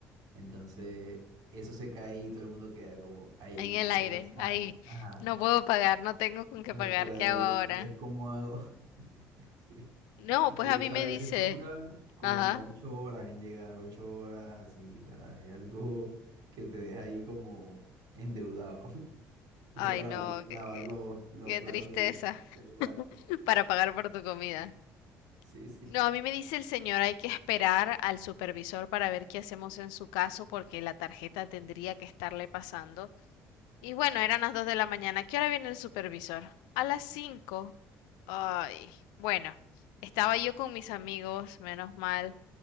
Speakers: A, on the right; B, on the left.
A: Entonces, eso se cae y todo el mundo queda como, ahí
B: En el
A: eres
B: aire,
A: tan,
B: ahí.
A: ajá,
B: No puedo pagar, no tengo con
A: no
B: qué pagar.
A: puedo
B: ¿Qué hago
A: ir,
B: ahora?
A: entonces, ¿cómo hago? <laughs> Sí.
B: No, pues
A: Y
B: a
A: eso
B: mí me
A: a veces
B: dice.
A: dura como
B: Ajá.
A: ocho horas en llegar, ocho horas así, o sea, es algo que te deja ahí como endeudado. <laughs> Te
B: Ay,
A: toca la-
B: no,
A: lavar
B: qué, qué-
A: los, los
B: qué
A: platos
B: tristeza
A: del, del lugar.
B: <laughs> para pagar por tu comida.
A: Sí, sí.
B: No, a mí me dice el señor, hay que esperar al supervisor para ver qué hacemos en su caso porque la tarjeta tendría que estarle pasando. Y bueno, eran las 2 de la mañana. ¿Qué hora viene el supervisor? A las 5. Ay, bueno, estaba yo con mis amigos, menos mal,